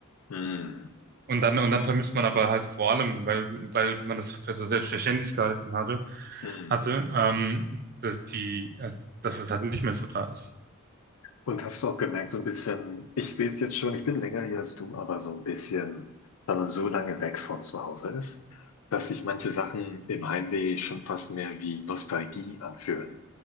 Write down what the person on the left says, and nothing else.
Mm.
Mm.
Und hast du auch gemerkt, so ein bisschen, ich sehe es jetzt schon, ich bin länger hier als du, aber so ein bisschen, wenn man so lange weg von zu Hause ist, dass sich manche Sachen im Heimweh schon fast mehr wie Nostalgie anfühlen.